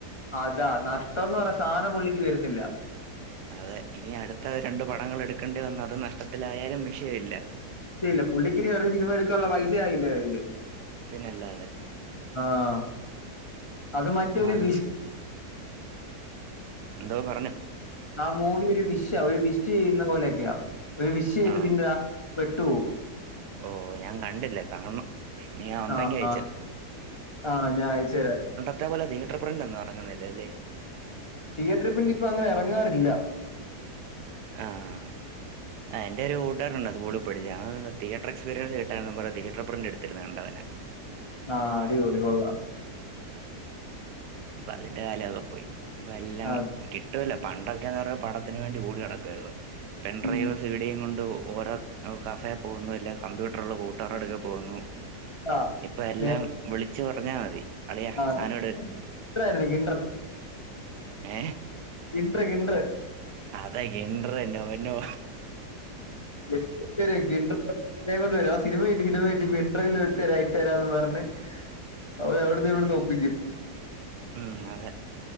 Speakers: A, on the left; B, on the right.
A: അതാ നഷ്ട്ടന്ന് പറഞ്ഞ സാധനം പുള്ളിക്ക് വരുന്നില്ല
B: അതെ ഇനി അടുത്ത രണ്ടു പടങ്ങൾ എടുക്കേണ്ടി വന്നു അത് നഷ്ടത്തിലായാലും വിഷയല്ല
A: യില്ല പുള്ളിക്ക് വേറെ സിനിമ എടുക്കാനുള്ള പൈസ ആയില്ലേ അതില്
B: പിന്നല്ലാതെ
A: ആഹ് അത് മറ്റൊരു
B: ആഹ്
A: വിസ്
B: എന്തോ പറഞ്ഞു
A: ആ മൂവി ഒരു വിഷ് ഒരു വിഷ് ചെയ്യുന്ന പോലെയൊക്കെയാ ഒരു വിഷ് ചെയ്ത്
B: ആഹ്
A: പിന്നെ അ പെട്ടുപോവും
B: ഓ ഞാൻ കണ്ടില്ല കാണണം നീ ആ ഉണ്ടെങ്കി
A: ആഹ്
B: അയച്ചുതാ
A: ആഹ് ആഹ് ഞാൻ അയച്ചു തരാം
B: അതേപോലെ തിയേറ്റർ പ്രിൻ്റ് ഒന്നും ഇറങ്ങുന്നില്ല അല്ലേ
A: തിയേറ്റർ പ്രിൻ്റ് ഇപ്പൊ അങ്ങനെ ഇറങ്ങാറില്ല
B: ആഹ് ആ എൻ്റെ ഒരു കൂട്ടുകാരൻ ഉണ്ട് സ്കൂളിൽ പഠിച്ച അതന്ന് തിയറ്റർ എക്സ്പീരിയൻസ് കിട്ടാനാന്ന് പറഞ്ഞ് തീയേറ്റർ പ്രിൻ്റെടുത്തിടുന്നത് കണ്ടു അവൻ
A: ആഹ് അടിപൊളി കൊള്ളാം
B: ഇപ്പം അതിന്റെ കാലവൊക്കെ പോയി അപ്പം എല്ലാം
A: ആഹ്
B: കിട്ടൂല്ല പണ്ടൊക്കെയാന്ന് പറഞ്ഞാൽ പടത്തിന് വേണ്ടി ഓടി നടക്കുമായിരുന്നു പെൺ ഡ്രൈവ്
A: ഉം
B: സിഡിയും കൊണ്ട് ഓരോ കഫേ പോകുന്നു അല്ല കമ്പ്യൂട്ടറുള്ള കൂട്ടുകാരുടടുക്കെ പോകുന്നു
A: ആഹ്
B: ഇപ്പൊ എല്ലാം
A: നേ
B: വിളിച്ചു പറഞ്ഞാ മതി അളിയ
A: ആഹ്
B: സാധനമെട്
A: കിണ്ടറായിരുന്നു കിണ്ടർ
B: ഏഹ്
A: കിണ്ടറ് കിണ്ടറ്
B: അതെ ഗിണ്ടറ് നോ നോ
A: <unintelligible> ഗിണ്ടറ് <unintelligible> സിനിമയും കൊണ്ടു വരും ആ സിനിമ കിട്ടി പിൻഡ്രൈവിലിട്ട് ഇട്ട് ഇട്ട്തരാന്ന് പറഞ്ഞ് അവനവിടുന്നും ഇവിടിന്നും ഒപ്പിക്കും
B: ഉം അതെ